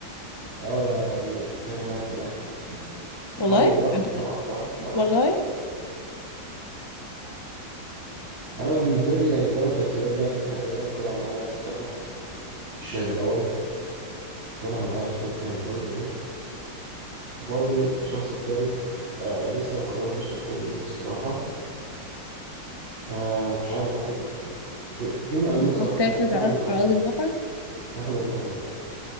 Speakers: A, on the right; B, on the left.
A: اه ده دي هرمونات بنات اوكي ماشي
B: والله
A: عادي براحتك
B: بت-
A: طبعا براحتك طبعا
B: والله
A: انا بالنسبه لي يعني ثلاث شخصيات بقى ناس حقيقيه انا طالع معايا مصطفى الشاهد الاول طالع معايا خطيبتي هنتجوز هناك وفاضل الشخص الثالث آه لسه ما قررتش هيكون مين الصراحه آه مش عارف ممكن يكون مين غير- في المأذون صح
B: بتركز
A: ماشي ناخد
B: على
A: المأذون
B: على ارض الواقع
A: ناخد المأذون